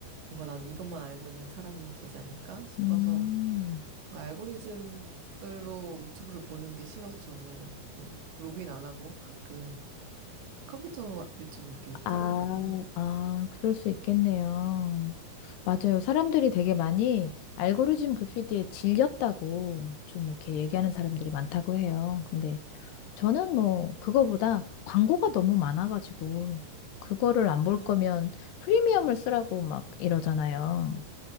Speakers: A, on the right; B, on the left.
A: 뭔가 나는 이것만 알고 있는 사람이 되지 않을까 싶어서
B: 음.
A: 뭔가 알고리즘으로 유튜브를 보는 게 싫어서 저는 그냥 로그인 안 하고 가끔 컴퓨터로 유튜브 이렇게
B: 아,
A: 틀어보거든요.
B: 아, 그럴 수 있겠네요. 맞아요. 사람들이 되게 많이 알고리즘 그 피드에 질렸다고 좀 이렇게 얘기하는 사람들이
A: 음.
B: 많다고 해요. 근데 저는 뭐 그거보다 광고가 너무 많아가지고 그거를 안 볼
A: 아,
B: 거면 프리미엄을 쓰라고 막 이러잖아요.